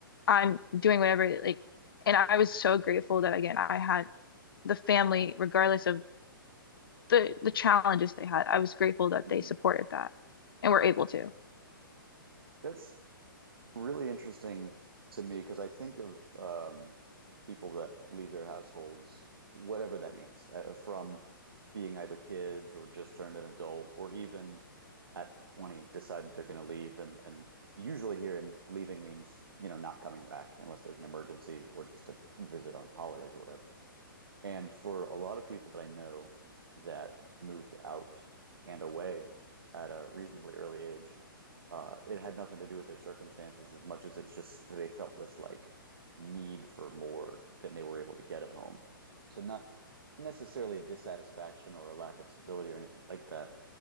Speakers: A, on the left; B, on the right.
A: I'm doing whatever like and I was so grateful that again I had the family, regardless of the the challenges they had. I was grateful that
B: hmm
A: they supported that and were able to.
B: That's really interesting to me because I think of um, people that leave their households, whatever that means, uh, from being either kids or just turned an adult, or even at 20 decide that they're going to leave. And, and usually here in leaving means, you know, not coming back unless there's an emergency or just to visit on holidays or whatever. And for a lot of people that I know that moved out and away at a reasonably early age, uh, it had nothing to do with their circumstances as much as it's just they felt this like need for more than they were able to get at home. So not necessarily a dissatisfaction or a lack of stability or anything like that,